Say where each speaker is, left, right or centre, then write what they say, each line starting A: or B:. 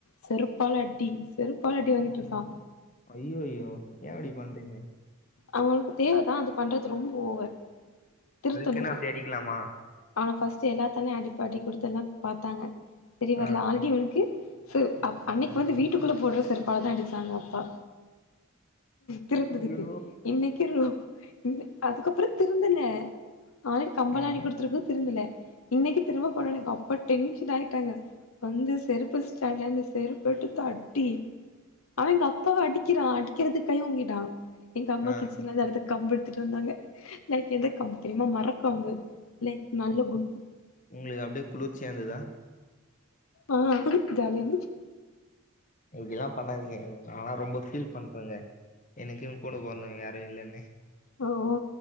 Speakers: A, on the left; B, on the left.
A: செருப்பால அடி செருப்பால அட்டி வாங்கிட்டு இருக்கா
B: ஐய்யயோ ஏ இப்டி பண்றீங்க
A: அவனுக்கு தேவதா அது பண்றது ரொம்ப ஓவர் திருத்தணு
B: அதுக்குன்னு அப்படி அடிக்கலாமா
A: அவனை ஃபர்ஸ்ட் எல்லாத்தாலயு அடி அடி குடுத்துல்லா பாத்தாங்க செரி வரல
B: ஆ
A: ஆல்ரெடி அவனுக்கு சு அ அன்னைக்கி வந்து வீட்டுக்குள்ள போடுற செருப்பால தா அடிச்சாங்க அப்பா திருந்துரத்துக்கு
B: ஐயோ
A: இன்னைக்கி ரோ ம்ஹும் அதுக்கப்றொ திருந்தல ஆல்ரெடி கம்பலா
B: ஆ
A: அடிகுடுத்துருக்கு திருந்தல இன்னக்கி திரும்ப போனோனெ அப்பா டென்ஷன் ஆயிட்டாங்க வந்து செருப்பு ஸ்டான்லந்து செருப் போட்டு தட்டி அவ எங்க அப்பாவ அடிக்கிறா அடிக்கிறதுக் கை ஓங்கிட்டா எங்கம்மா
B: ஆ
A: கிச்சன்லந்து அடுத்து கம்பெடுத்துட்டு வந்தாங்க லைக் எந்த கம்பு தெரிமா மர க்கம்பு லைக் நல்ல குண்
B: உங்ளுக்கு அப்டியே குளிர்ச்சியா இந்ததா
A: ஆ ஜாலியாருந்து
B: இப்டிலா பண்ணாதீங்க நாலா ரொம்ப ஃபீல் பண்றேங்க எனக்குன் கூட பொறந்தவ்ங்க யாரு இல்லன்னு
A: ஓ ஓ